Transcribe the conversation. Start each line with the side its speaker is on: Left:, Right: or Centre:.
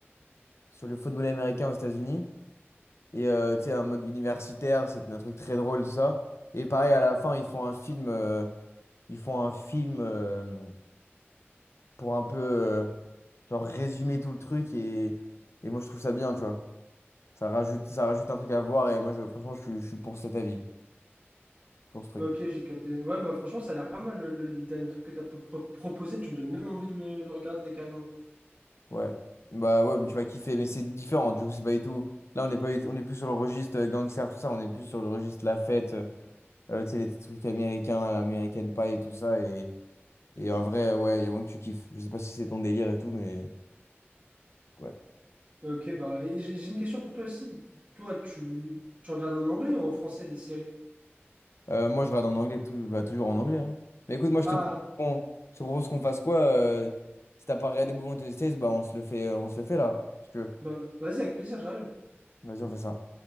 Left: sur le football américain aux États-Unis. Et euh, tu sais, un mode universitaire, c'est un truc très drôle, tout ça. Et pareil, à la fin, ils font un film, euh, ils font un film euh, pour un peu, euh, genre, résumer tout le truc. Et, et moi, je trouve ça bien, tu vois. Ça rajoute, ça rajoute un truc à voir. Et moi, je, franchement, je, suis je suis pour cet avis, pour ce truc.
Right: Ok, j'ai capté. Ouais, bah franchement, ça a l'air pas mal le, le- les derniers trucs que t'as pro- pro- proposé. Tu me donnes même envie de le, le regarder carrément.
Left: Ouais. Bah ouais, mais tu vas kiffer. Mais c'est différent. Du coup, c'est pas du tout. Là, on n'est pas, du- on est plus sur le registre euh, gangster, tout ça. On est plus sur le registre la fête, euh, tu sais, les trucs américains, l'American Pie et tout ça. Et. Et en vrai, ouais, il y a moins que tu kiffes. Je sais pas si c'est ton délire et tout, mais ouais.
Right: Ok, bah, et j'ai j'ai une question pour toi aussi. Toi, tu, tu regardes en anglais ou en français les séries?
Left: Euh, moi, je regarde en anglais, tout, bah, toujours en anglais. hein. Mais écoute, moi, je
Right: Ah,
Left: te propose, je te propose qu'on fasse quoi? euh, si t'as pas regardé Bouillon Testés, bah, on se le fait, euh, on se le fait là, si tu veux.
Right: bah, vas-y, avec plaisir, j'arrive.
Left: Vas-y, on fait ça.